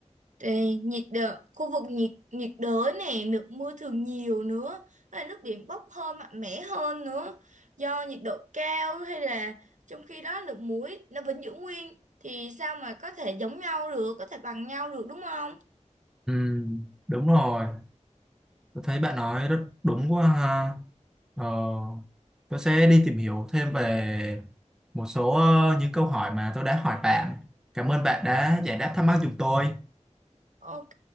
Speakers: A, on the right; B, in the centre.
A: Đây, nhiệt đới, khu vực nhiệt nhiệt đới nè, lượng mưa thường nhiều nữa, hay là nước biển bốc hơi mạnh mẽ hơn nữa, do nhiệt độ cao hay là trong khi đó lượng muối nó vẫn giữ nguyên thì sao mà có thể giống nhau được, có thể bằng nhau được đúng không?
B: Ừ. đúng rồi tôi thấy bạn nói rất đúng quá ha ờ, tôi sẽ đi tìm hiểu thêm về một số ờ, những câu hỏi mà tôi đã hỏi bạn cảm ơn bạn đã giải đáp thắc mắc giùm tôi
A: Ok,